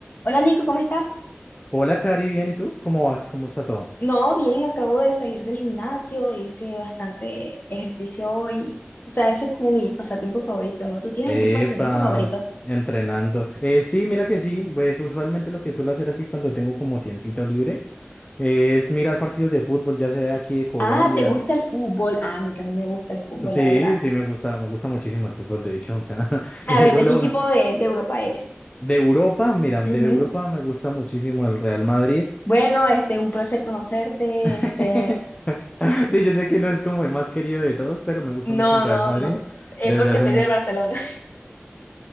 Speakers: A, on the left; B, on the left.
A: Hola Nico, ¿cómo estás?
B: Hola, Cari, bien, ¿y tú? ¿Cómo vas? ¿Cómo está todo?
A: No, bien, acabo de salir del gimnasio, hice bastante ejercicio hoy. O sea, ese es como mi pasatiempo favorito, ¿no? ¿Tú tienes
B: Epa,
A: algún pasatiempo favorito?
B: entrenando. Eh, sí, mira que sí, pues usualmente lo que suelo hacer así cuando tengo como tiempito libre eh, es mirar partidos de fútbol, ya sea de aquí de Colombia.
A: Ah, ¿te gusta el fútbol? Ah, a mí también me gusta el fútbol,
B: Sí,
A: la verdad.
B: sí, me gusta, me gusta muchísimo el fútbol, de hecho, o sea, <laughs>
A: A
B: le
A: ver,
B: suelo...
A: ¿de qué equipo de, de Europa eres?
B: De Europa, mira,
A: Ujú.
B: de Europa me gusta muchísimo el Real Madrid.
A: Bueno, este, un placer conocerte,
B: <laughs>
A: este...
B: Sí, yo sé que no es como el más querido de todos, pero me gusta
A: No,
B: mucho el Real
A: no,
B: Madrid
A: no, no, es
B: desde
A: porque
B: hace
A: soy
B: mucho.
A: de Barcelona.